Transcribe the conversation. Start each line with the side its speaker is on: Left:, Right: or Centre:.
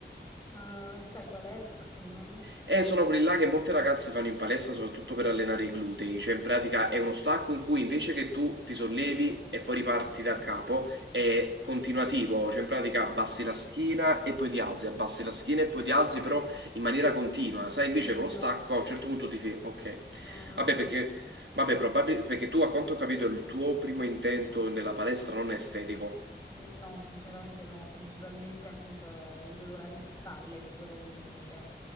Left: Ah, aspetta, qual è lo stacco rumeno?
Right: Eh, sono quelli là che molte ragazze fanno in palestra soprattutto per allenare i glutei, cioè in pratica è uno stacco in cui invece che tu ti sollevi e poi riparti da capo, è continuativo, cioè in pratica abbassi la schiena e poi ti alzi, abbassi la schiena e poi ti alzi, però in maniera continua. Sai, invece
Left: Mm,
Right: con lo stacco
Left: No,
Right: a un certo punto ti fai, ok,
Left: no, non
Right: vabbè
Left: lo faccio.
Right: perché, vabbè, probabil- perché tu a quanto ho capito il tuo primo intento nella palestra non è estetico,
Left: Mm, No, sinceramente no, principalmente appunto è il dolore alle spalle che vorrei diminuire.